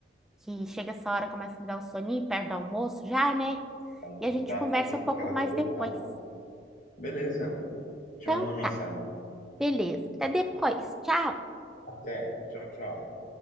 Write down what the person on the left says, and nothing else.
Tem que
dar
aquele,
aquela
despertada.
Beleza, te
mando uma mensagem.
Até. Tchau, tchau.